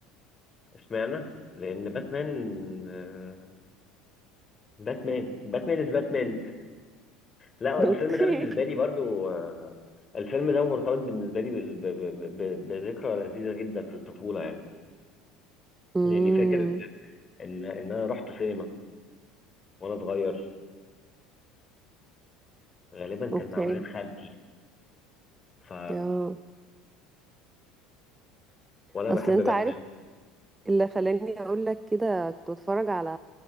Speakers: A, on the left; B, on the right.
A: اشمعنى لان باتمان آه، باتمان باتمان از باتمان لا
B: <laughs>
A: الفيلم
B: اوكي
A: ده بالنسبه لي برضو آه، الفيلم ده مرتبط بالنسبه لي بال- ب- ب- ب- بذكرى لذيذه جدا في الطفوله يعني
B: امم
A: لاني فاكر ان ان انا رحت سينما وانا صغير غالبا كان
B: اوكي
A: مع والد خالتي ف
B: اه
A: وانا
B: اصل
A: بحب
B: انت
A: باتمان
B: عارف اللي خلاني اقول لك كده كنت بتفرج على